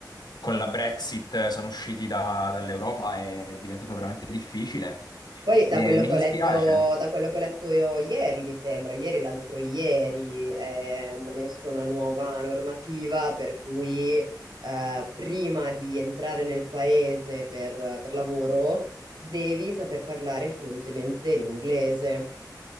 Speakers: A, on the left; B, on the right.
A: con la Brexit eh, sono usciti da- dall'Europa è diventato veramente difficile
B: Poi
A: e
B: da quello
A: mi
B: che
A: dispiace.
B: ho letto, da quello che ho letto io ieri, mi sembra, ieri, l'altro ieri, eh, hanno messo una nuova normativa per cui eh, prima di entrare nel paese per per lavoro devi saper parlare fluentemente l'inglese.